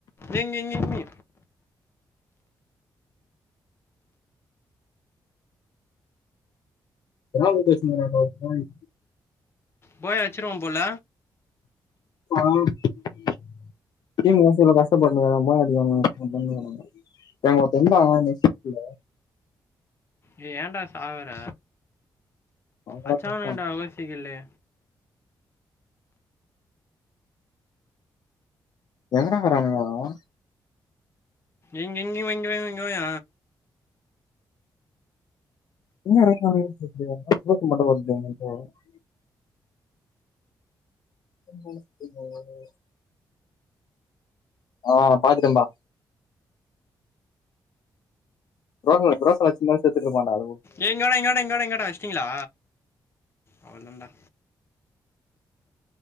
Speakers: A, on the left; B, on the left.
A: ஏங் கிங் கிங்கு
B: வேளான்னு பேசினு கிராண்ட பாய்
A: போய் அச்சிருவா போல
B: <unintelligible> டேய் ஒருத்தன் இருந்தா <unintelligible>
A: ஏ ஏன்டா சாவுர
B: அவன்டா
A: அச்சானுங்கடா
B: செத்தான்
A: ஓசிக்கல்லு
B: எங்கடாகிறானுங்கா அவ
A: இங்க இங்க வா இங்க வா இங்க வாயே
B: <inaudible> <inaudible> ஆ பாத்துட்டன் பா <unintelligible>
A: ஏ இங்கவாடா இங்கவாடா இங்கவாடா இங்கவாடா அஸ்டீங்களா அவ்ளோதாண்டா